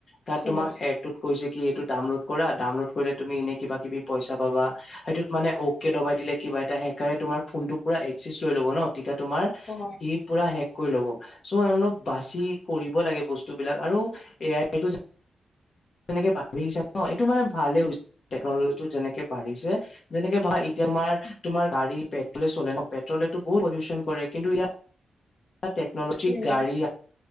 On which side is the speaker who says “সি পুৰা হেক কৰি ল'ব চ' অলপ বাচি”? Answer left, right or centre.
Left